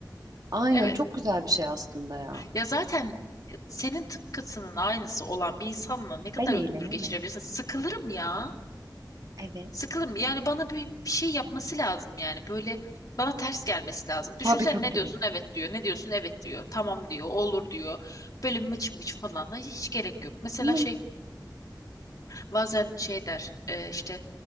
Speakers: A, on the right (about 60°); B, on the left (about 55°).
A: Aynen
B: Evet.
A: çok güzel bir şey aslında ya.
B: Ya zaten e, senin tıpkısının aynısı olan bir insanla ne kadar
A: Ben eğlenemem.
B: ömür geçirebilirsin? Sıkılırım ya.
A: Evet.
B: Sıkılırım. Yani bana bir, bir şey yapması lazım yani. Böyle bana ters gelmesi lazım. Düşünsene
A: Tabii tabii
B: ne
A: tabii.
B: diyorsun? Evet diyor. Ne diyorsun? Evet diyor. Tamam diyor. Olur diyor. Böyle mıç mıç falan. Ay, Hiç gerek yok. Mesela
A: Bilmem.
B: şey bazen şey der e, işte